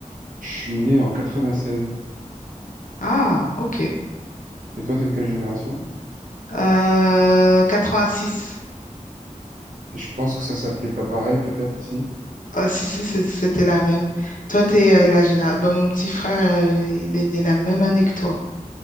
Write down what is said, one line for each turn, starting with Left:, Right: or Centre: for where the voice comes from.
Right: Je suis né en quatre-vingt seize
Left: Ah, ok.
Right: Et toi, t'es de quelle génération?
Left: Euh, 86.
Right: Je pense que ça s'appelait pas pareil, peut-être, si?
Left: Ah, si, si, c'est- c'était la même. Toi, t'es euh, la génération. mon petit frère, euh, il est né la même année que toi.